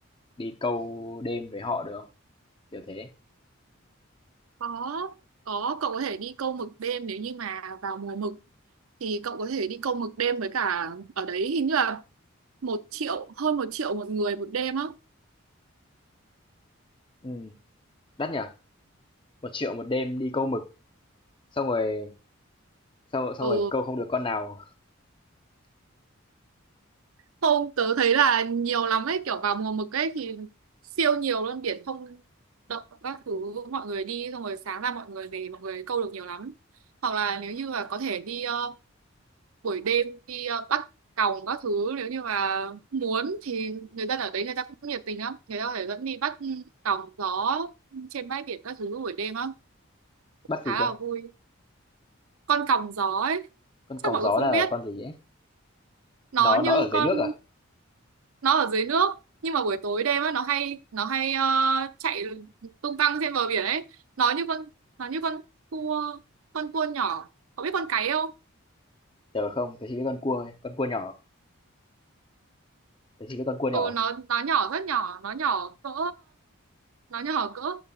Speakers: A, on the left; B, on the right.
A: đi câu đêm với họ được không? Kiểu thế.
B: có có cậu có thể đi câu mực đêm nếu như mà vào mùa mực thì cậu có thể đi câu mực đêm với cả ở đấy hình như là một triệu hơn một triệu một người một đêm á
A: Ừ. đắt nhở? Một triệu một đêm đi câu mực, xong rồi xong rồi xong
B: ừ
A: rồi câu không được con nào.
B: không tớ thấy là nhiều lắm ấy kiểu vào mùa mực ấy thì siêu nhiều luôn biển không động các thứ mọi người đi xong rồi sáng ra mọi người về mọi người câu được nhiều lắm hoặc là nếu như là có thể đi ờ, buổi đêm đi ờ, bắt còng các thứ nếu như mà muốn thì người dân ở đấy người ta cũng nhiệt tình lắm người ta có thể dẫn đi bắt ừ, còng gió trên bãi biển các thứ buổi đêm á
A: Bắt
B: khá
A: gì cơ?
B: là vui con còng gió ấy
A: Con
B: chắc
A: còng
B: mọi
A: gió
B: người không
A: là
B: biết
A: con gì ấy?
B: nó
A: Nó nó
B: như
A: ở dưới
B: con
A: nước à?
B: nó ở dưới nước nhưng mà buổi tối đêm á nó hay nó hay ờ, chạy tung tăng trên bờ biển ấy nó như con nó như con cua con cua nhỏ có biết con cái không
A: Tớ không, tớ chỉ biết con cua thôi, con cua nhỏ, tớ chỉ biết con cua nhỏ
B: ừ
A: thôi.
B: nó nó nhỏ rất nhỏ nó nhỏ cỡ nó nhỏ cỡ